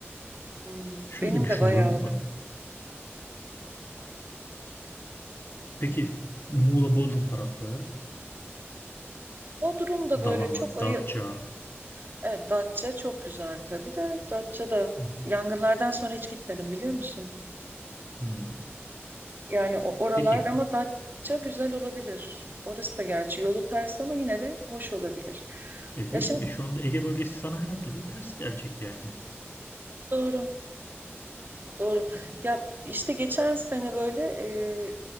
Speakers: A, on the right; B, on the left.
A: Hmm,
B: Şöyle
A: benim
B: düşünüyorum.
A: de bayağı oluyor.
B: Bak, peki Muğla Bodrum tarafları,
A: Bodrum da böyle
B: Dalaman,
A: çok ayılıp,
B: Datça.
A: evet Datça çok güzel tabii de. Datça da
B: Hı hı.
A: yangınlardan sonra hiç gitmedim biliyor musun?
B: Hmm.
A: Yani o oralar
B: Peki
A: ama Datça güzel olabilir. Orası da gerçi yolu ters ama yine de hoş olabilir.
B: ya diyorum
A: Ya şimdi
B: ya şu anda Ege bölgesi sana her türlü ters gelecek yani.
A: doğru. Doğru.
B: Hmm.
A: Ya işte geçen sene böyle e,